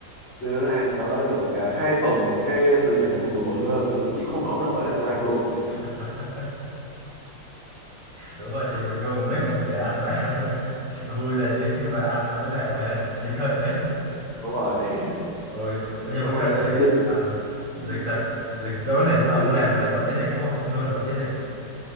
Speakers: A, on the left; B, on the right.
A: tôi để nó ăn đâu đó được à, hai tuần cái tôi nhìn nó còn bự bự hơn nữa tôi chịu không nổi nữa tôi lấy tôi ăn luôn
B: <laughs> đúng rồi thì mình nuôi mục đích là mình để ăn mà <laughs> vui là chính nhưng mà ăn mới là <laughs> chính hơn nữa
A: <laughs> đúng rồi
B: ôi
A: <laughs>
B: nhưng
A: xong
B: mà cái
A: rồi
B: đợt đấy
A: dịch
B: à, dịch
A: ừ,
B: sao dịch đâu là ông
A: thì
B: làm là vẫn chưa dịch đúng không ông nuôi là vẫn chưa dịch